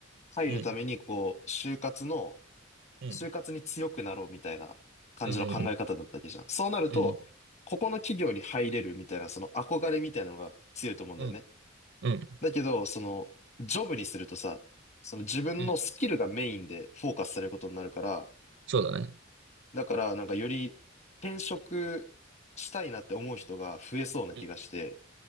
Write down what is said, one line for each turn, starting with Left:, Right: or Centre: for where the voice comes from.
Left: 入るために、
Right: うん、
Left: こう、就活の、
Right: うん、
Left: 就活に強くなろうみたいな感じの考え方だったわけじゃん。
Right: うん、うん、
Left: そうなると、
Right: うん、
Left: ここの企業に入れるみたいな、その憧れみたいなのが強いと思うんだよね。
Right: うん、うん、
Left: だけど、その、ジョブにするとさ、その自分のスキルがメインでフォーカスされることになるから、
Right: うん、そうだね。
Left: だからなんかより転職したいなって思う人が増えそうな気がして、
Right: うん、